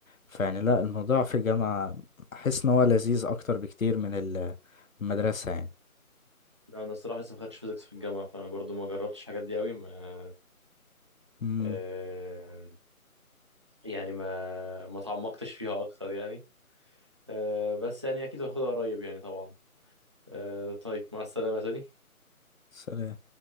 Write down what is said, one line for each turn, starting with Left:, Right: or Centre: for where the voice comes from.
Left: فيعني لا الموضوع في الجامعة احس ان هو لذيذ اكتر بكتير من ال- المدرسة يعني
Right: لا انا الصراحه لسه ما خدتش فيزيكس في الجامعه فانا برضو ما جربتش الحاجات دي قوي ما
Left: امم
Right: آه يعني ما ما تعمقتش فيها اكتر يعني آه بس يعني اكيد هاخدها قريب يعني طبعا آه طيب مع السلامه تاني
Left: سلام